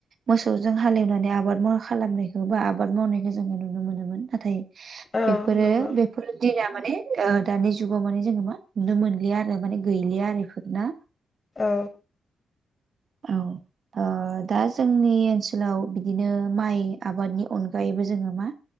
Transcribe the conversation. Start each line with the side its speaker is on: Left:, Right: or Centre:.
Right: मोसौजों हालेवनानै आबाद मो खालामनायखौ बा आबाद मावनायखौ जोङो नुनो मोनोमोन नाथाय
Left: औ
Right: बेफोरो
Left: नंगौ
Right: बेफोर दिना माने ओ दानि जुगाव माने जोङो मा नुनो मोनलिया आरो। माने गैलिया आरो बेफोर ना?
Left: औ
Right: औ ओ दा जोंनि ओनसोलाव बिदिनो माइ आबादनि अनगायैबो जोङो मा